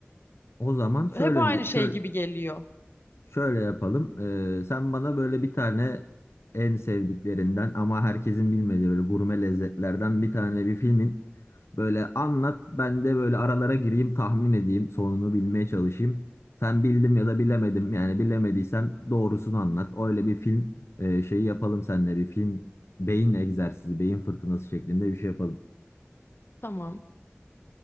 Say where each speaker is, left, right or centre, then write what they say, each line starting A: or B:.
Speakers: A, on the left; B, on the left.
A: O zaman şöyle
B: hep aynı şey
A: şöyle
B: gibi geliyor.
A: Şöyle yapalım. Ee, sen bana böyle bir tane en sevdiklerinden ama herkesin bilmediği böyle gurme lezzetlerden bir tane bir filmin böyle anlat. Ben de böyle aralara gireyim, tahmin edeyim, sonunu bilmeye çalışayım. Sen bildim ya da bilemedim. Yani bilemediysem doğrusunu anlat. Öyle bir film e, şeyi yapalım seninle bir film beyin egzersizi, beyin fırtınası şeklinde bir şey yapalım.
B: Tamam.